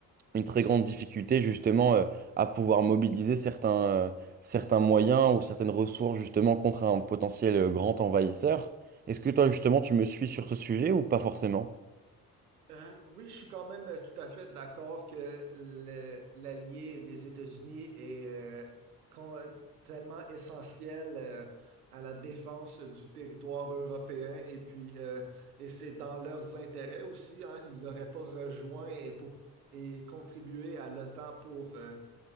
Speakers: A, on the right; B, on the right.
A: une très grande difficulté justement euh, à pouvoir mobiliser certains, euh, certains moyens ou certaines ressources justement contre un potentiel euh, grand envahisseur. Est-ce que toi justement tu me suis sur ce sujet ou pas forcément?
B: Euh, oui, je suis quand même euh, tout à fait d'accord que le- l'allié des États-Unis est euh, con- euh, tellement essentiel euh, à la défense du territoire européen et puis euh, et c'est dans leurs intérêts aussi, hein, ils n'auraient pas rejoint et pour et contribué à l'OTAN pour euh,